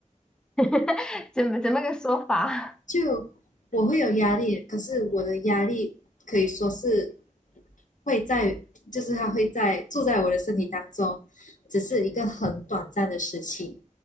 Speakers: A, in the centre; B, on the left (about 70°).
A: <laughs> 怎么怎么个说法
B: 就我会有压力，可是我的压力可以说是会在，就是他会在住在我的身体当中，只是一个很短暂的时期。